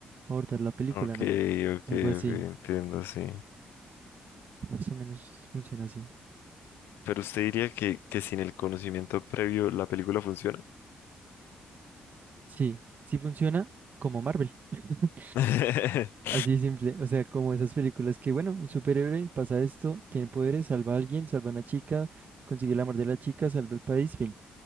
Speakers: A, on the right (about 55°); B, on the left (about 80°).
A: abordar la película,
B: Ok,
A: ¿no?
B: ok,
A: Algo así,
B: ok, entiendo, sí.
A: más o menos funciona así.
B: Pero usted diría que, que sin el conocimiento previo la película funciona.
A: Sí, sí funciona como Marvel. <laughs>
B: <laughs>
A: Así así de simple, o sea, como esas películas que, bueno, un superhéroe pasa esto, tiene poderes, salva a alguien, salva a una chica, consigue el amor de la chica, salva el país, fin.